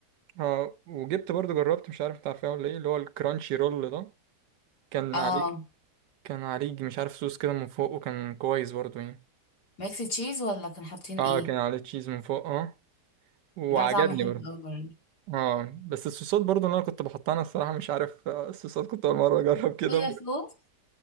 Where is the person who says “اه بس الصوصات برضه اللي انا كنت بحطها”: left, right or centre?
Right